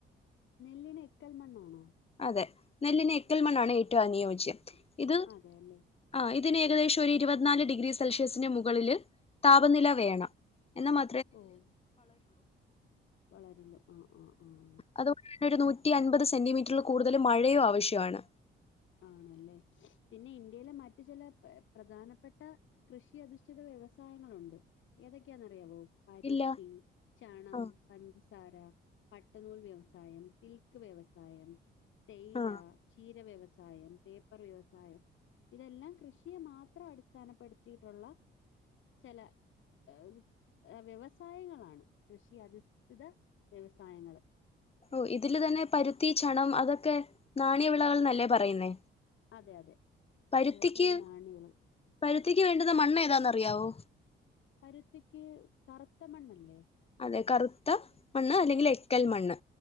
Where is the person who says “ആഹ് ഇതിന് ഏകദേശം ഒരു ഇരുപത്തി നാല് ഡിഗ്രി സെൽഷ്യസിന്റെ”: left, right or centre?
Left